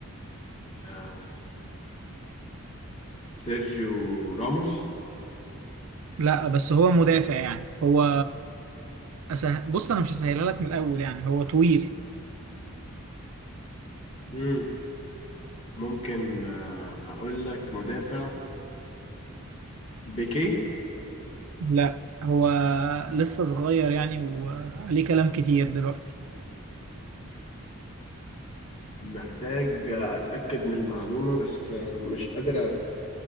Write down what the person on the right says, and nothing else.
لا بس هو مدافع يعني هو أسه... بص انا مش هسهلها لك من الاول يعني هو طويل
لا هو لسه صغير يعني وعليه كلام كتير دلوقتي